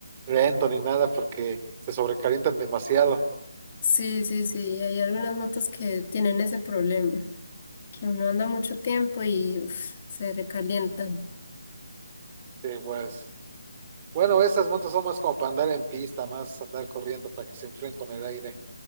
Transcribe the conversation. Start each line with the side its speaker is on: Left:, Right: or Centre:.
Right: lento ni nada porque se sobrecalientan demasiado.
Left: Sí, sí, sí, hay algunas motos que tienen ese problema. que uno anda mucho tiempo y uf, se recalientan.
Right: Sí, pues, bueno, esas motos son más como para andar en pista, más andar corriendo para que se enfríen con el aire.